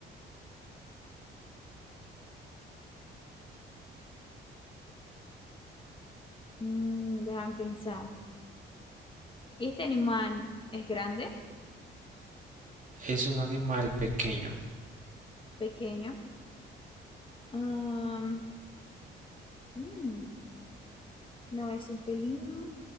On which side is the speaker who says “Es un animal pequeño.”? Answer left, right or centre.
Right